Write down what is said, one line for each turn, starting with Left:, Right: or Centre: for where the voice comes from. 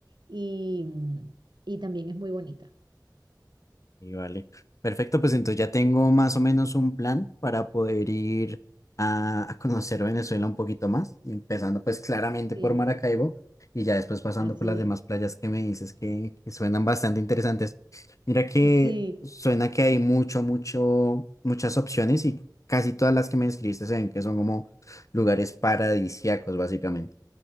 Right: Y, mm, y también es muy bonita.
Left: Y vale. Perfecto, pues entonces ya tengo más o menos un plan para poder ir a, a conocer Venezuela un poquito más, empezando pues claramente
Right: Sí,
Left: por Maracaibo y ya después pasando
Right: así
Left: por las
Right: es.
Left: demás playas que me dices que, que suenan bastante interesantes. Mira que
Right: Sí,
Left: suena que hay mucho, mucho, muchas opciones y casi todas las que me describiste se ven que son como lugares paradisíacos, básicamente.